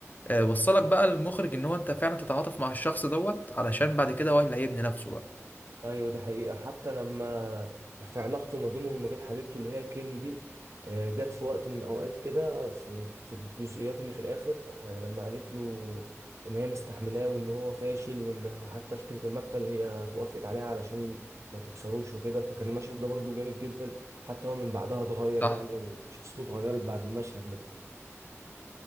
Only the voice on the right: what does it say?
ايوه دي حقيقة حتى لما في علاقته ما بينه وما بين حبيبته اللي هي كيم دي آه، جت في وقت من الاوقات كده في في الجزئيات اللي في الاخر آه، لما قالت له ان هي مستحملاه وان هو فاشل وان حتى فكرة المكتب هي وافقت عليها علشان ما تكسروش وكده فكان المشهد ده برضه جامد جدا حتى هو من بعدها اتغير
يعني وشخصيته اتغيرت بعد المشهد ده